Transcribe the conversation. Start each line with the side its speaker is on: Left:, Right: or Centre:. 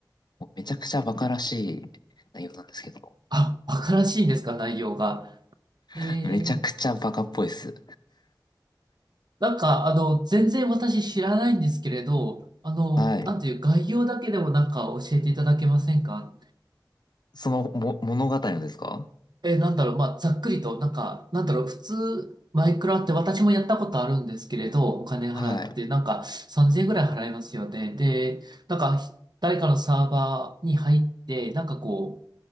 Left: もうめちゃくちゃバカらしい内容なんですけど、
Right: あ、わからしいんですか、内容が。
Left: <laughs>
Right: え
Left: めちゃくちゃバカっぽいです。
Right: ー、なんか、あの、全然私知らないんですけれど、あの、
Left: はい。
Right: なんていう、概要だけでもなんか教えていただけませんか
Left: その、も、物語のですか
Right: え、なんだろう、まあ、ざっくりと、なんか、なんだろう、普通、マイクラって私もやったことあるんですけれど、お金払って、
Left: はい。
Right: なんか、3000円ぐらい払いますよね。で、なんか、ひ誰かのサーバーに入って、なんかこう、